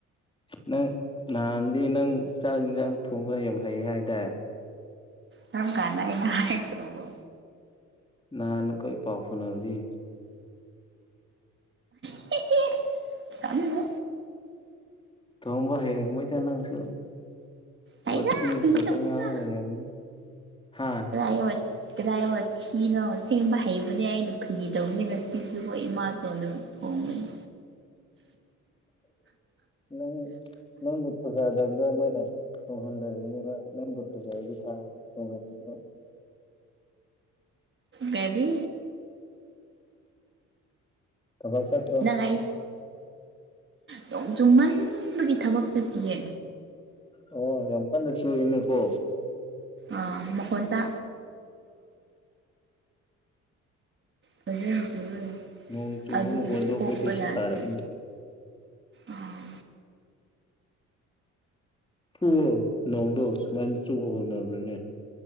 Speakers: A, on the left; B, on the right.
A: ꯅꯪ ꯅꯍꯥꯟꯗꯤ ꯅꯪ ꯆꯥꯛ ꯢꯟꯁꯥꯡ ꯊꯣꯡꯕ ꯌꯥꯝ ꯍꯩ ꯍꯥꯏꯗꯥꯢ
B: ꯀꯔꯝ ꯀꯥꯟꯗ ꯑꯩꯅ ꯍꯥꯏꯈ꯭ꯔꯕ
A: ꯅꯍꯥꯟ ꯑꯈꯣꯏ ꯄꯥꯎ ꯐꯥꯎꯅꯔꯤꯗꯤ
B: ꯍꯦꯑꯦ ꯇꯥꯅꯤꯡꯗꯦ
A: ꯊꯣꯡꯕ ꯍꯩꯔꯝꯃꯣꯏꯗ ꯅꯪꯁꯨ
B: ꯍꯩꯗ
A: ꯋꯥꯊꯤ
B: ꯐꯥꯒꯤ
A: ꯈꯛꯇꯪ
B: ꯇꯧꯕꯅꯤꯗ
A: ꯉꯥꯡ ꯂꯩꯔꯝꯅꯤ ꯍꯥꯥ
B: <inaudible> ꯀꯗꯥꯏ ꯋꯥꯊꯤꯅꯣ ꯁꯦꯡꯕ ꯍꯩꯕꯅꯦ ꯑꯩꯅ ꯐꯒꯤ ꯇꯧꯕꯅꯦ ꯉꯁꯤꯁꯨꯀꯣ ꯏꯃꯥ ꯇꯣꯟꯅ ꯊꯣꯡꯕꯅꯤ
A: ꯅꯪ ꯅꯪꯕꯨ ꯊꯖꯗꯕꯗꯣ ꯃꯣꯏꯅ ꯊꯣꯡꯍꯟꯗꯕꯅꯦꯕ ꯅꯪꯕꯨ ꯊꯖꯔꯗꯤ ꯊꯥ ꯊꯣꯡꯍꯟꯅꯦꯕ
B: ꯕꯦꯕꯤ
A: ꯊꯕꯛ ꯆꯠ
B: ꯅꯪ ꯑꯩ ꯅꯣꯡ ꯆꯨꯃꯟꯕꯒꯤ ꯊꯕꯛ ꯆꯠꯇꯤꯌꯦ
A: ꯑꯣ ꯌꯥꯝ ꯀꯟꯅ ꯆꯨꯌꯦꯅꯦ ꯀꯣ
B: ꯑꯥ ꯃꯈꯣꯟ ꯇꯥ ꯐꯖꯅ ꯆꯨꯕꯩꯅꯤ
A: ꯅꯣꯡ ꯆꯨꯕ
B: ꯑꯗꯨꯒꯤ
A: ꯃꯈꯣꯟꯗꯣ
B: ꯊꯣꯛꯄ
A: ꯑꯩꯈꯣꯏꯗꯁꯨ
B: ꯌꯥꯗꯦ
A: ꯇꯥꯔꯛꯏꯅꯦ
B: ꯑꯥ
A: ꯐꯨꯋꯣ ꯅꯣꯡꯗꯣ ꯁꯨꯃꯥꯏꯅ ꯆꯨꯕ ꯍꯧꯅꯕ꯭ꯔꯅꯦ